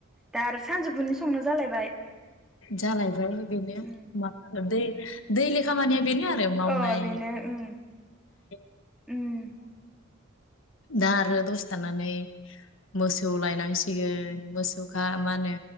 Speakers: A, in the centre; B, on the left (about 65°).
A: दा आरो सानजौफुनि संनो जालायबाय।
B: जालायबाय। ओरैनो
A: उम
B: मा होनो दै दै लेखामानिया बेनो। आरो मावनाय
A: अ बेनो उम
B: <unintelligible>
A: उम
B: दा आरो दसे थानानै मोसौ लायनांसिगोन मोसौखा मा होनो